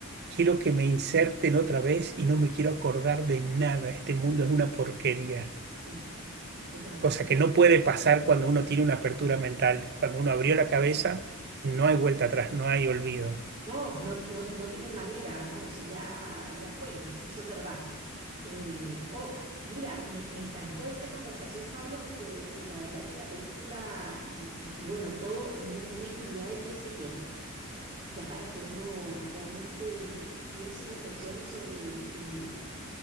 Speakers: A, on the right (about 50°); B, on the right (about 30°).
A: quiero que me inserten otra vez y no me quiero acordar de nada,
B: me quiero acordar
A: este mundo
B: de-
A: es una porquería,
B: Sí, es verdad.
A: cosa que no puede pasar cuando uno tiene una apertura mental, cuando uno abrió
B: Mm.
A: la cabeza, no hay vuelta atrás, no hay olvido.
B: No, no, no, no tienes manera, no, si ya, ya fue nomás, si eso es verdad. Eh, oh, mira, me, me encantó esta conversación, Pablo, porque eh, la verdad que la película y, y- y bueno, todo, mu- una infinidad de detalles que tiene, da para que uno realmente piense y reflexione sobre eh,